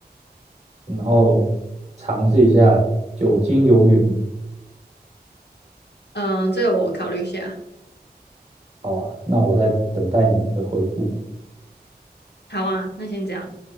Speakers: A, on the right (about 40°); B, on the left (about 80°).
A: 然后尝试一下酒精游泳。
B: 嗯，这个我考虑一下。
A: 好啊，那我在等待你的回复。
B: 好啊，那先这样。